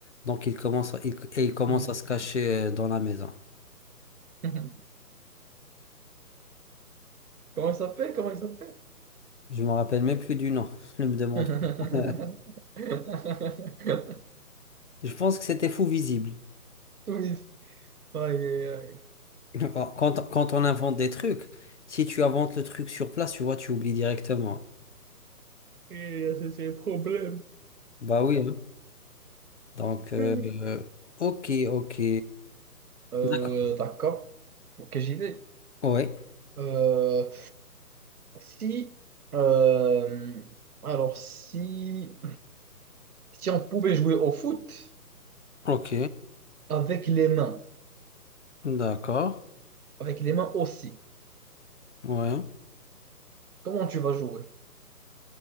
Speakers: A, on the left; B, on the right.
A: Donc il commence, il- et il commence
B: Mhm.
A: à se cacher euh, dans la maison.
B: <laughs> Comment il s'appelle? Comment il s'appelle?
A: Je me rappelle même plus du nom, <laughs> ne me demande
B: <laughs>
A: pas. <laughs> Je pense que c'était fou visible.
B: Oui. Aïe, aïe, aïe.
A: <laughs> Quand, quand on invente des trucs, si tu inventes le truc sur place, tu vois, tu oublies directement.
B: Et ça, c'est le problème.
A: Bah oui, hein. Donc, euh,
B: <laughs>
A: ok, ok.
B: Euh,
A: D'accord.
B: d'accord. Ok, j'y vais.
A: Oui,
B: Euh, si, euh, alors si, si on pouvait jouer au foot
A: ok.
B: avec les mains,
A: D'accord.
B: avec les mains aussi,
A: Ouais.
B: comment tu vas jouer?